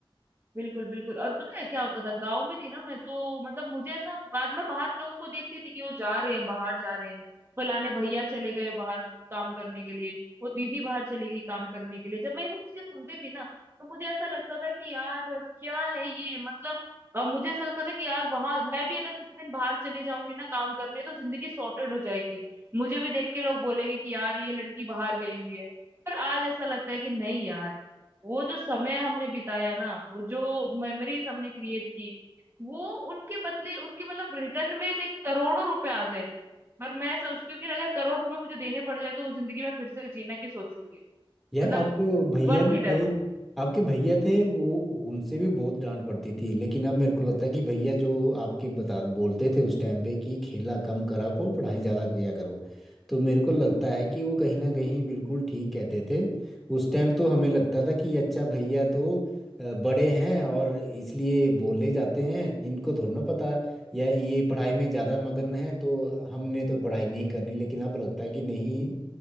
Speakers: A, on the right; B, in the centre.
A: बिल्कुल बिल्कुल और पता है क्या होता था गांव में थी ना मैं तो मतलब मुझे ऐसा बाद में बाहर लोगों को देखती थी कि वो जा रहे हैं बाहर जा रहे हैं फलाने भैया चले गए बाहर काम करने के लिए वो दीदी बाहर चली गई काम करने के लिए जब मैं ये सब चीजें सुनती थी ना तो मुझे ऐसा लगता था कि यार क्या है ये मतलब अ, मुझे ऐसा लगता था कि यार वहां मैं भी अगर किसी दिन बाहर चली जाऊंगी ना काम करने तो जिंदगी सॉर्टेड हो जाएगी मुझे भी देख के लोग बोलेंगे कि यार ये लड़की बाहर गई हुई है पर आज ऐसा लगता है कि नहीं यार वो जो समय हमने बिताया ना वो जो मेमोरीज हमने क्रिएट की वो उनके बदले उनके मतलब रिटर्न में जो करोड़ों रुपए आ जाए पर मैं सोचती हूँ कि अगर करोड़ रुपए मुझे देने पड़ जाए तो वो जिंदगी में फिर से जीना की सोचूंगी
B: यार
A: मतलब
B: आपके भैया
A: वर्थ
B: भी
A: इट है
B: थे
A: वो
B: आपके भैया थे वो उनसे भी बहुत डांट पड़ती थी लेकिन अब मेरे को लगता है कि भैया जो आपके बता बोलते थे उस टाइम पे कि खेला कम करा करो पढ़ाई ज़्यादा किया करो तो मेरे को लगता है कि वो कहीं ना कहीं बिल्कुल ठीक कहते थे उस टाइम तो हमें लगता था कि अच्छा भैया तो अ, बड़े हैं और इसलिए बोले जाते हैं इनको थोड़ा ना पता या ये पढ़ाई में ज़्यादा मगन है तो हमने तो पढ़ाई नहीं करनी लेकिन अब लगता है कि नहीं